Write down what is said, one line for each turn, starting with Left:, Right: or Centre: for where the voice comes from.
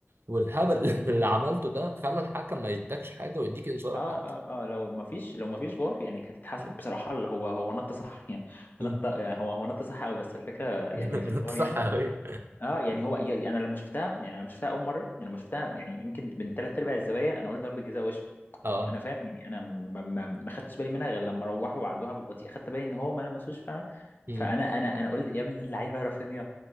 Right: والهبل <laughs> اللي عملته ده خلى الحكم ما يدكش حاجه ويديك انذار
Left: اه
Right: حتى
Left: اه اه لو ما فيش لو ما فيش فار يعني كانت هتتحسب
Right: مم.
Left: بصراحه اللي هو هو نط صح يعني
Right: مم.
Left: نط يعني هو هو نط صح قوي بس الفكره يعني
Right: <laughs>
Left: في الفار
Right: انت صح
Left: يعني
Right: قوي
Left: اه يعني هو يعني انا لما شفتها يعني انا لما شفتها اول مره يعني لما شفتها يعني يمكن من ثلاث ارباع الزوايا انا قلت ضربه جزاء وش
Right: اه
Left: انا فاهم يعني انا ما ما ما خدتش بالي منها غير لما روحوا وعدوها بالبطيء خدت بالي ان هو ما لمسوش فعلا
Right: مم.
Left: فانا انا انا قلت يا ابن اللعيبه رافينيا